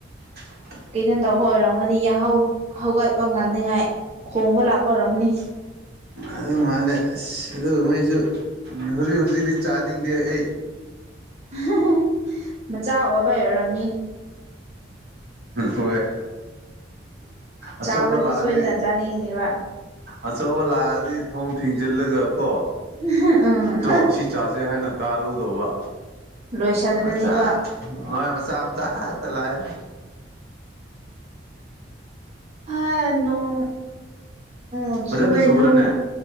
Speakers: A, on the right; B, on the right.
A: <inaudible>
B: ꯀꯩꯅꯣ ꯇꯧꯕ ꯑꯣꯏꯔꯝꯒꯅꯤ ꯌꯥꯍꯧ ꯍꯧꯒꯠꯄ ꯉꯝꯅꯤꯉꯥꯏ ꯍꯣꯡꯕ ꯂꯥꯛꯄ ꯑꯣꯏꯔꯝꯒꯅꯤ
A: ꯑꯗꯨ ꯃꯥꯂꯦ ꯑꯁ ꯑꯗꯨꯒ ꯃꯩꯁꯨ ꯍꯧꯖꯤꯛ ꯍꯧꯖꯤꯗꯤ ꯆꯥꯅꯤꯡꯗꯦ ꯑꯩ
B: ꯍ ꯍ ꯃꯆꯥ ꯑꯣꯏꯕꯩ ꯑꯣꯢꯔꯝꯅꯤ
A: ꯍꯣꯏ ꯑꯆꯧꯕ
B: ꯆꯥꯎꯔꯗꯤ
A: ꯂꯥꯛꯑꯗꯤ
B: ꯁꯣꯏꯗꯅ ꯆꯥꯅꯤꯡꯉꯤꯅꯦꯕ
A: ꯑꯆꯧꯕ ꯂꯥꯛꯑꯗꯤ ꯊꯣꯡ ꯊꯤꯡꯖꯤꯜꯂꯒ ꯀꯣ
B: ꯎꯝ
A: ꯇꯣ ꯁꯤ ꯆꯥꯁꯦ ꯍꯥꯏꯅ ꯀꯥꯔꯨꯗꯕ
B: ꯂꯣꯏꯁꯤꯜꯂꯅꯦꯕ
A: ꯃꯆꯥ ꯍꯣꯏ ꯃꯆꯥ ꯃꯆꯥ ꯈꯥꯛꯇ ꯂꯥꯛꯑꯦꯅꯦ
B: ꯍ ꯅꯣꯡ ꯎ
A: ꯐꯖꯅ
B: ꯆꯨꯋꯦ
A: ꯆꯨꯕ꯭ꯔꯥꯅꯦ
B: ꯅꯣꯡ